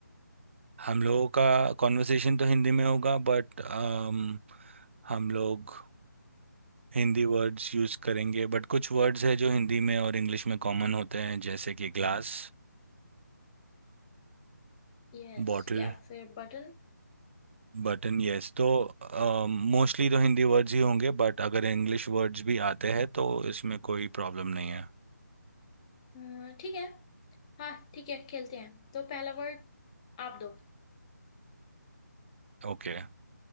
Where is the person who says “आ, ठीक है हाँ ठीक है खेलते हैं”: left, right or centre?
Left